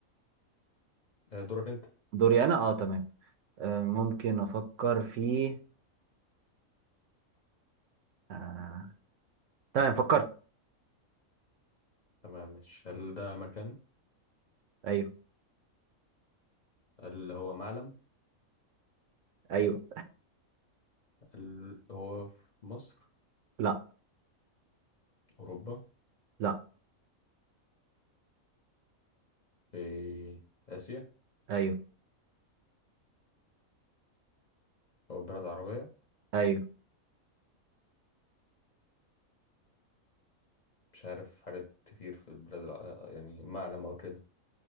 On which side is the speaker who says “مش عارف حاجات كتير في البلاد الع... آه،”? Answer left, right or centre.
Left